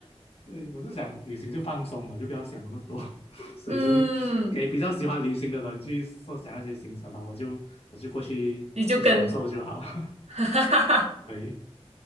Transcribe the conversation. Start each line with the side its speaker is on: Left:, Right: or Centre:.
Left: 对，我就想旅行就放松嘛，就不要想那么多，<laughs> 所以就
Right: <laughs> 嗯，
Left: 给比较喜欢旅行的人去设想那些行程吧，我就我就过去去享受就好。
Right: 你就跟，
Left: <laughs>
Right: <laughs>
Left: 对，